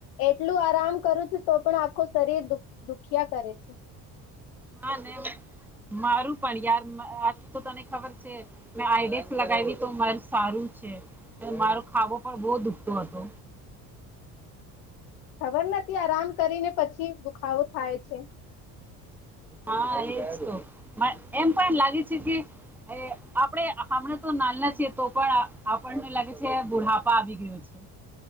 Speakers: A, on the left; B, in the centre.
A: એટલું આરામ કરું છું તો પણ આખો શરીર દુ દુખિયા કરે છે
B: હા ને મારું પણ યાર આજ તો તને ખબર છે મે આઈડીક્ષ લગાવી તો મા સારું છે મારો ખાવો પણ બહુ દુખતો હતો
A: હ ખબર નથી આરામ કરીને પછી દુખાવો થાય છે
B: હા એજ તો પણ એમ પણ લાગે છે કે એ આપણે હમણા તો નાલના છીએ તો પણ આપણને લાગે છે બુઢાપા આવી ગયો છે